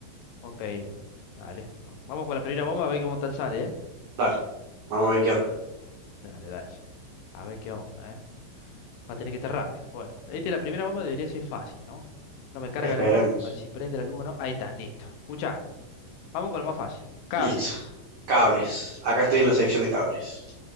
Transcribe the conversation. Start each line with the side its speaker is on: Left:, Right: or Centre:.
Left: Ok, dale. Bueno, Vamos con la primera bomba a ver cómo tal sale, ¿eh?
Right: Dale, vamos a ver qué onda.
Left: Dale, dale. A ver qué onda, ¿eh? Va a tener que estar rápido. Bueno, ahí tiene la primera bomba debería ser fácil, ¿no? No me carga
Right: Esperemos.
Left: la luz, a ver si prende la luz o no. Ahí está, listo. Escucha, vamos con lo más fácil. Cables.
Right: Listo. Cables. Acá estoy en la sección de cables.